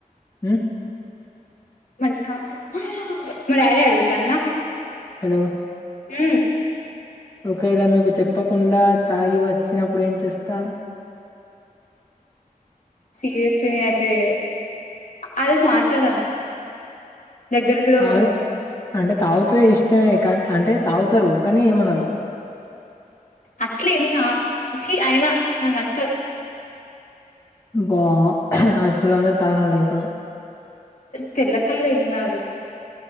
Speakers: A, on the left; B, on the left.
A: హ
B: మా డాడీ అడుగుతాండ
A: హలో
B: హ
A: ఒకేళ మీకు చెప్పకుండా తాగి వచ్చినప్పుడు ఏం చేస్తారు
B: సీరియస్లీఐతే ఆరోజు మాట్లాడను దగ్గరలో
A: ఆరు
B: వుంది
A: అంటే తాగుతే ఇష్టమే కానీ అంటే తాగుతారు కానీ ఏమనరు
B: అట్లేం కా ఛీ అయినా నాకు నచ్చదు
A: అబ్బ హాస్టలొ అందరు తాగనోల్లె ఇప్పుడు
B: తెల్లకల్లె ఏం కాదు